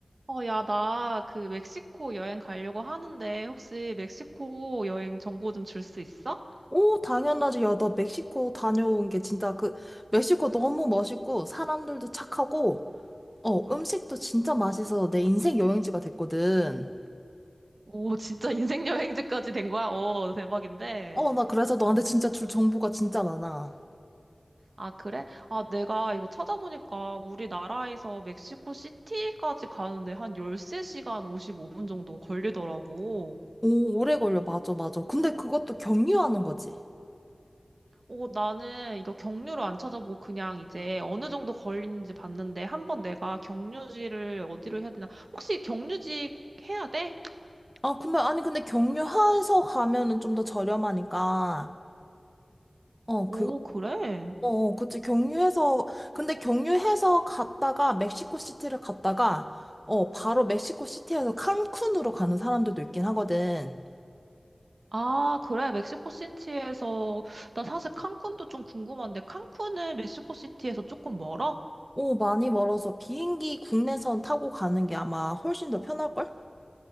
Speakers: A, on the right (about 70°); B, in the centre.
A: 어, 야, 나 그 멕시코 여행 가려고 하는데 혹시 멕시코 여행 정보 좀 줄 수 있어?
B: 오, 당연하지. 야, 나 멕시코 다녀온 게 진짜 그, 멕시코 너무 멋있고, 사람들도 착하고, 어, 음식도 진짜 맛있어서 내 인생 여행지가 됐거든.
A: 오, <laughs> 진짜 인생 여행지까지 된 거야? 어, 대박인데.
B: 어, 나 그래서 너한테 진짜 줄 정보가 진짜 많아.
A: 아, 그래? 아, 내가 이거 찾아보니까 우리나라에서 멕시코 시티까지 가는데 한 13시간 55분 정도 걸리더라고.
B: 오, 오래 걸려. 맞아, 맞아. 근데 그것도 경유하는 거지.
A: 어, 나는 이거 경유를 안 찾아보고 그냥 이제 어느 정도 걸리는지 봤는데 한번 내가 경유지를 어디로 해야 되나? 혹시 경유지 꼭 해야 돼?
B: 아, 근데, 아니, 근데 경유해서 가면은 좀 더 저렴하니까, 어,
A: 오, 그래?
B: 어, 그치. 경유해서, 근데 경유해서 갔다가 멕시코 시티를 갔다가, 어, 바로 멕시코 시티에서 칸쿤으로 가는 사람들도 있긴 하거든.
A: 아, 그래. 멕시코 시티에서 나 사실 칸쿤도 좀 궁금한데 칸쿤은 멕시코 시티에서 조금 멀어?
B: 오, 많이 멀어서 비행기 국내선 타고 가는 게 아마 훨씬 더 편할걸?